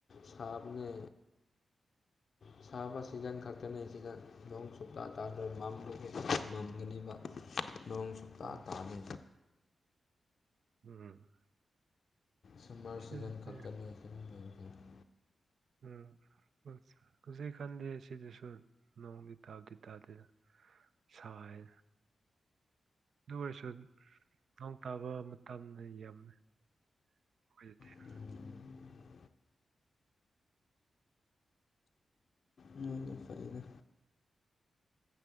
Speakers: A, on the left; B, on the right.
A: ꯁꯥꯕꯅꯦ ꯁꯥꯥꯕ ꯁꯤꯖꯟ ꯈꯛꯇꯅꯦ ꯁꯤꯗ ꯅꯣꯡ ꯁꯨꯞꯇꯥ ꯇꯥꯗꯣꯏ ꯃꯝꯗꯒꯤ ꯃꯝꯒꯅꯤꯕ ꯅꯣꯡ ꯁꯨꯛꯇꯥ
B: ꯎꯝ
A: ꯇꯥꯗꯦ
B: ꯎꯝ
A: ꯁꯝꯃꯔ ꯁꯤꯖꯟ
B: ꯁꯤꯗꯤ
A: ꯈꯛꯇꯅꯤ <unintelligible>
B: ꯎꯝ ꯍꯧꯖꯤꯛ ꯀꯥꯟꯗꯤ ꯁꯤꯗꯁꯨ ꯅꯣꯡꯗꯤ ꯇꯥꯕꯗꯤ ꯇꯥꯗꯦꯗ ꯁꯥꯏ ꯑꯗꯨ ꯑꯣꯏꯔꯁꯨ ꯅꯣꯡ ꯇꯥꯕ ꯇꯝꯅ ꯌꯥꯝꯃꯤ ꯑꯩꯈꯣꯏꯗꯗꯤ
A: ꯎꯝ ꯑꯗꯨꯅ ꯐꯩꯅꯦ